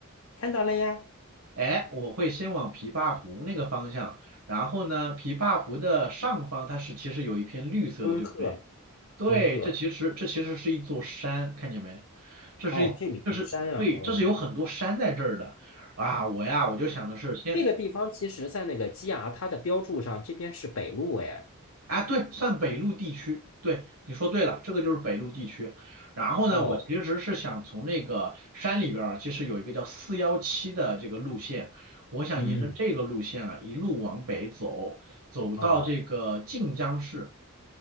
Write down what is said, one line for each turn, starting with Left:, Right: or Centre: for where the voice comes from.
Left: 看到了呀，
Right: 哎，我会先往琵琶湖那个方向，然后呢，琵琶湖的上方它是其实有一片绿色的，
Left: 敦贺，
Right: 对不对？对，
Left: 敦贺。
Right: 这其实这其实是一座山，看见没？这是一这是对，
Left: 哦，这里的山啊，哦，
Right: 这是有很多山在这儿的啊！我呀，我就想的是先
Left: 这个地方其实在那个基牙它的标注上，这边是北路，哎，
Right: 啊，对，算北陆地区。对，你说对了，这个就是北陆地区。然后呢，
Left: 哦。
Right: 我其实是想从那个山里边儿，其实有一个叫四幺七的这个路线，我想沿着这个路线啊，
Left: 嗯，
Right: 一路往北走，走到这个晋江市
Left: 哦